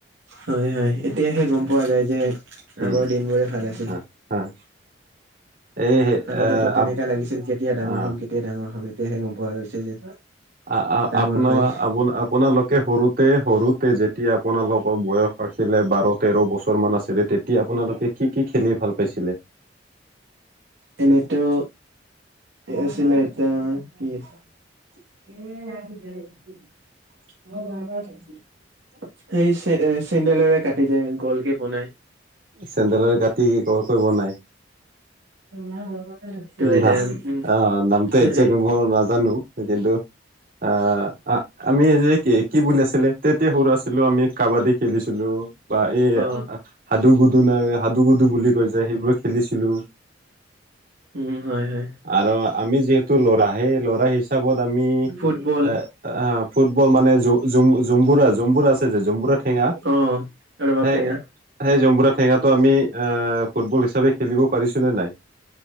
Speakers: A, on the right; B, on the right.
A: হয়', হয়', এতিয়াহে গম পোৱা যায় যে
B: উম
A: আগৰ দিনবোৰে ভাল আছিল।
B: হয় হয় এই
A: আগতেটো
B: এ
A: তেনেকা
B: আপ
A: লাগিছিল, কেতিয়া ডাঙৰ
B: অ'।
A: হম। কেতি কেতিয়া ডাঙৰ হম। এতিয়াহে গম পোৱা গৈছে যে
B: আ'- আ'-
A: ডাঙৰ
B: আপোনালো-
A: হয়
B: আপোনা- আপোনালোকে সৰুত তে সৰুতে যেতিয়া আপোনালোকৰ বয়স আছিলে বাৰ, তেৰ বছৰ মান আছিলে তেতিয়া তেতিয়া আপোনালোকে কি কি খেলি ভাল পাইছিলে?
A: এনেতো কি আছিলে এইটো? এটা কি আছিলে? <unintelligible> সেই চে- চেন্দেলৰে কাটে যে, গ'ল কে বনাই?
B: চেন্দেলৰে কাটি গোল কৈ বনাই?
A: <unintelligible> এতিয়া
B: নাহ
A: উম
B: আ' নামটো একজেক্ট
A: এই
B: মই নাজানো! কিন্তু আ' আ' আমি এইযে কি কি বুলি আছিলে? তেতিয়া সৰু আছিলোঁ আমি। কাবাডী খেলিছিলোঁ, বা এই
A: অ
B: হা হাদু-গুডু নে হাদু-গুডু বুলি কয় যে সেইবোৰ খেলিছিলোঁ।
A: উম', হয়', হয়',।
B: আৰু আমি যিহেতু ল'ৰা, সেই ল'ৰা হিচাপত আমি
A: ফুটবল
B: এ' আ' ফুটবল মানে জ'- জুম- জুম্বুৰাজ। জম্বুৰ আছে যে জম্বুৰা টেঙা,
A: অ ৰবাব
B: সেই
A: টেঙা
B: সেই জম্বুৰা টেঙাটো আমি এ', ফুটবল হিচাপে খেলিব পাৰিছোঁ নে নাই?